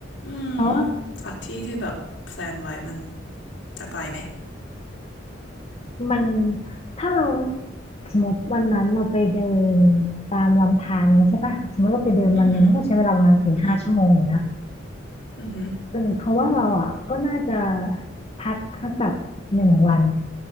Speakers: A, on the left; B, on the left.
A: อืม
B: เพราะว่า
A: จากที่ที่แบบแพลนไว้มันจะไกลไหม
B: มันถ้าเราสมมติวันนั้นเราไปเดินตามลำธารนี้ใช่ปะสมมติเราไปเดินวันหนึ่งมันก็ใช้เวลาประมาณสี่ห้าชั่วโมงอยู่นะ
A: อือหืออืมอือหือ
B: เออเขาะว่าเราอ่ะก็น่าจะพักสักแบบหนึ่งวัน